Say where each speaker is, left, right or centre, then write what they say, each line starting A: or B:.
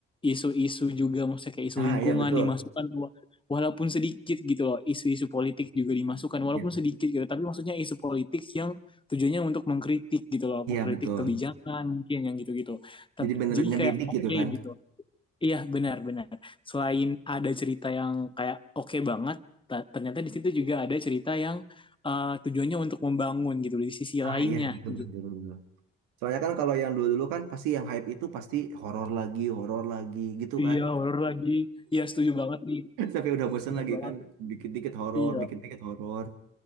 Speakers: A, on the left; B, on the right.
A: isu-isu juga maksudnya kayak isu
B: Ah,
A: lingkungan
B: iya betul.
A: dimasukkan wa- walaupun sedikit gitu loh, isu-isu politik juga dimasukkan walaupun
B: Iya,
A: sedikit gitu, tapi maksudnya isu politik yang tujuannya untuk mengkritik gitu loh,
B: Iya,
A: mengkritik
B: betul.
A: kebijakan mungkin yang gitu-gitu. Tapi
B: Jadi bener
A: jadi
B: ngedidik
A: kayak oke
B: gitu kan.
A: gitu. Iya benar-benar. Selain ada cerita yang kayak oke banget, ta- ternyata di situ juga ada cerita yang eh, tujuannya untuk membangun gitu di sisi
B: Ah,
A: lainnya
B: iya betul betul.
A: gitu.
B: betul, betul. Soalnya kan kalau yang dulu-dulu kan pasti yang hype itu pasti horor lagi, horor lagi gitu
A: Iya
B: kan.
A: horor lagi. Iya setuju banget nih.
B: Sampai udah bosen
A: Setuju
B: lagi
A: banget.
B: kan, dikit-dikit horor,
A: Iya.
B: dikit-dikit horor.